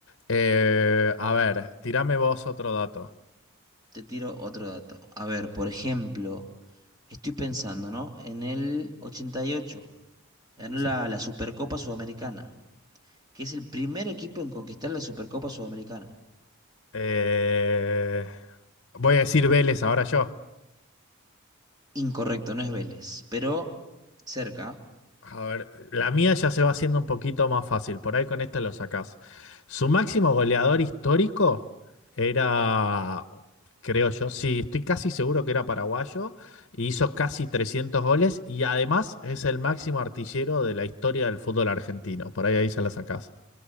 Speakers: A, on the left; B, on the right.
A: Eh, a ver, tirame vos otro dato.
B: Te tiro otro dato. A ver, por ejemplo, estoy pensando, ¿no? En el 88 ganó
A: Sí.
B: la, la Supercopa Sudamericana, que es el primer equipo en conquistar la Supercopa Sudamericana.
A: Eh, voy a decir Vélez ahora yo.
B: Incorrecto, no es Vélez, pero cerca.
A: A ver, la mía ya se va haciendo un poquito más fácil. Por ahí con esta lo sacás. Su máximo goleador histórico era, creo yo, sí, estoy casi seguro que era paraguayo. y hizo casi 300 goles y además es el máximo artillero de la historia del fútbol argentino. Por ahí ahí ya la sacás.